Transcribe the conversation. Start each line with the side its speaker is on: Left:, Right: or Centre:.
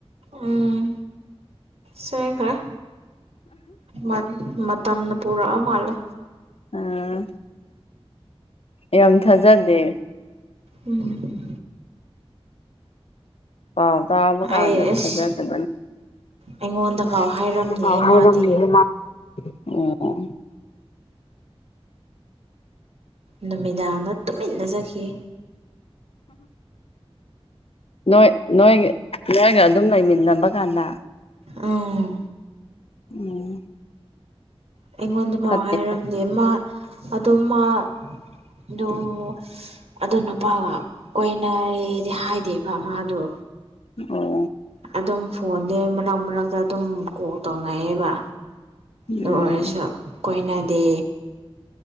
Right: ꯎꯝ ꯆ°ꯟꯈꯔꯦ ꯃꯥꯗꯤ ꯃꯇꯝꯅ ꯄꯨꯔꯛꯑ ꯃꯥꯜꯂꯦ
Left: ꯑꯥ ꯌꯥꯝ ꯊꯥꯖꯗꯦ
Right: ꯎꯝ
Left: ꯄꯥꯎ ꯇꯥꯕ ꯀꯥꯟꯗ
Right: ꯑꯩ
Left: ꯊꯥꯖꯗꯕꯅ
Right: ꯑꯁ ꯑꯩꯉꯣꯟꯗ ꯐꯥꯎ
Left: ꯑꯩꯉꫭꯟꯗ
Right: ꯍꯥꯏꯔꯝꯗꯦꯍꯦ
Left: ꯐꯥꯎ ꯍꯥꯏꯔꯝꯗ°
Right: ꯃꯥꯗꯤ
Left: ꯍ° ꯃꯥ ꯑꫭ
Right: ꯅꯨꯃꯤꯗꯥꯡꯗꯥ ꯇꯨꯃꯤꯟꯅ ꯈꯠꯈꯤ
Left: ꯅꯣꯏ ꯅꯣꯏ ꯅꯣꯏꯒ ꯑꯗꯨꯝ ꯂꯩꯃꯤꯟꯅꯕ ꯀꯥꯟꯗ
Right: ꯑꯧ
Left: ꯎꯝ
Right: ꯑꯩꯉꯣꯟꯗ ꯐꯥꯎ
Left: ꯐꯠꯇꯦ
Right: ꯍꯥꯏꯔꯝꯗꯦ ꯃꯥ ꯑꯗꯣ ꯃꯥ ꯑꯗꫭ ꯑꯗꯨ ꯅꯨꯄꯥꯒ ꯀꯣꯏꯅꯔꯦꯗꯤ ꯍꯥꯏꯗꯦꯕ ꯃꯥꯗꯣ
Left: <inaudible>
Right: ꯑꯗꯨꯝ ꯐꯣꯟꯗꯤ ꯃꯛ ꯃꯔꯛꯇ ꯑꯗꯨꯝ ꯀꯣꯜ ꯇꯧꯅꯩꯌꯦꯕ
Left: ꯎꯝ
Right: ꯑꯗꯨ ꯑꯣꯏꯔꯁꯨ ꯀꯣꯏꯅꯗꯦ